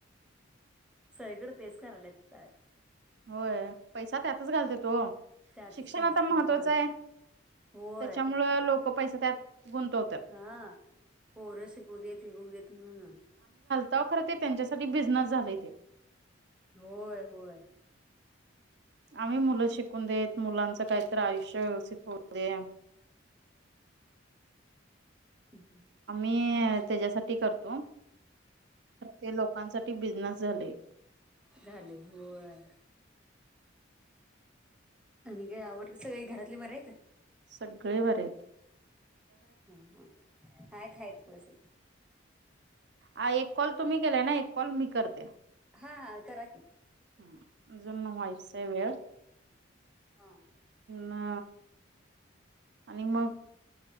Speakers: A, in the centre; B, on the right.
A: सळीकडे तेच करायला येत.
B: होय पैसा त्यातच घालते तो
A: त्यातच
B: शिक्षण
A: घालतात
B: आता महत्त्वाच
A: होय
B: आहे.
A: होय
B: त्याच्यामुळं लोक पैसा त्यात. गुंतवतात.
A: हा पोर शिकू देत विकू देत म्हणून.
B: ता खर ते त्यांच्यासाठी बिझनेस झाले ते.
A: होय होय.
B: आम्ही मुलं शिकून देत मुलांचं काहीत आयुष्य. अ खोते आ.
A: हम् हम्.
B: मी त्याच्यासाठी करतोर ते लोकांसाठी बिझनेस झाले.
A: झााली हय. आणि ग आवड सगळी घरातले बर आहेतेत.
B: सगळे बरत.
A: हा हा हाय कााय पुसाठी
B: ह एक कॉल तुम्ही केलाय ना एक कॉल मी करते
A: हा हा करा क
B: ह अजून न व्हायच वेळ
A: हा
B: ना आणि मग